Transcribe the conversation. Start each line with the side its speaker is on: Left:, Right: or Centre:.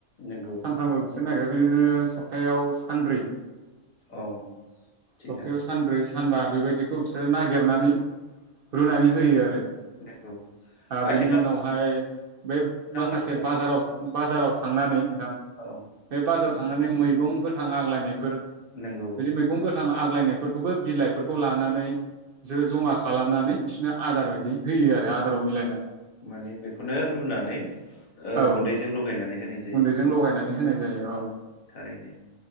Left: नंगौ
Right: सानफ्रामबो बिसोर नागिर बिदिनो सब्ताव सानब्रै
Left: औ थिगानो
Right: सप्तायाव सानब्रै सानबा बेबायदिखौ बिसोरो नागिरनानै रुनानै होयो आरो बिनि
Left: नंगौ आथिखालाव
Right: उनावहाय बेै
Left: नोंथांमोननि
Right: माखासे बाजाराव बाजाराव थांनानै थां ओमफाय
Left: ओनसोलाव
Right: बाजार थांनानै मैगं गोथां आग्लायनायफोर
Left: नंगौ
Right: बिदि मैगं आग आलायनायफोरखौबो बिलाइफोरखौ लानानै बिसोरो जमा खालामनानै बिसोरनो आदार बायदि होयो आदाराव आरो मिलायनानै
Left: औ माने बेखौनो रुनानै
Right: औ
Left: गुन्दैजों लगायनानै होनाय जायो
Right: गुन्दैजों लगायनानै होनाय जायो औ।
Left: थारैनो